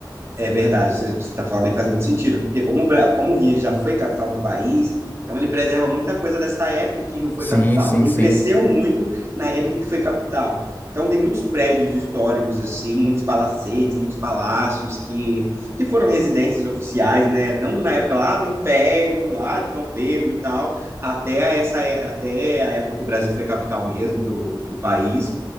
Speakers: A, on the right; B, on the left.
A: É verdade, você está falando aí faz muito sentido, porque como o, Bra- como o Rio ele já foi capital do país, então ele preserva muita coisa dessa época em que Rio foi
B: Sim,
A: capital.
B: sim,
A: O Rio
B: sim.
A: cresceu muito na época em que foi capital. Então tem muitos prédios históricos assim, muitos palacetes, muitos palácios que, que foram residências oficiais, né? Tanto na época lá do Império, lá de Dom Pedro e tal, até a essa é- até a época que o Brasil foi capital mesmo do, do país,